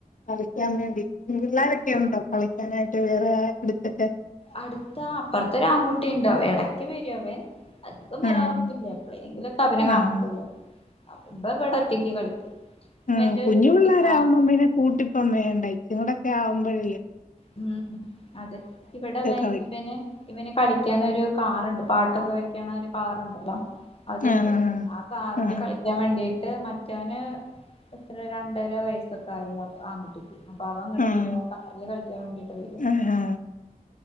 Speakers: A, on the left; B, on the left.
A: കളിക്കാൻ വേണ്ടി. പിള്ളേരൊക്കെ ഉണ്ടോ കളിക്കാനായിട്ട് വേറെ അടുത്തൊക്കെ.
B: അടുത്ത. അപ്പറ്ത്തൊരാണ്കുട്ടിണ്ട്. അവൻ എടക്ക് വെര്വവെ. അധികം വരാറൊന്നു
A: ആഹ്
B: ഇല്ല. എപ്പഴെങ്കിലുംക്കെ അവനെ കാണത്തൊള്ളു.
A: ആഹ്
B: അപ്പം ഇവൻ ഇവിടെ ഒറ്റയ്ക്ക് കളിക്കും.
A: ഉം.
B: ഇവന്റെ
A: കുഞ്ഞു
B: ഒരു കുട്ടിക്കാരൻ
A: പിള്ളേരാവുമ്പൊ പിന്നെ കൂട്ടിപ്പം വേണ്ട. ഇറ്റങ്ങടൊക്കെ ആവുമ്പഴെല്ലെ.
B: ഉം. അതെ ഇവിടെ ഇവൻ
A: കളിക്കും
B: ഇവനെ ഇവന് കളിക്കാനൊരു കാറ്ണ്ട്. പാട്ടൊക്കെ വെക്കാന് ഒരു കാറുണ്ടല്ലോ. അതുണ്ട്.
A: ആഹ്
B: ആ കാറില്
A: ആഹ്
B: കളിക്കാൻ വേണ്ടിട്ട് മറ്റ് ക്ക്യാന് എത്ര രണ്ടര വയസ്സൊക്കെ ആയി. ആൺകുട്ടി അപ്പൊ അവൻ അങ്ങട്
A: ആഹ്
B: വര്വ. ആ കാറില് കളിക്കാൻ വേണ്ടിട്ട് വരു <unintelligible>
A: ആഹ്
B: ളെ
A: ആഹ്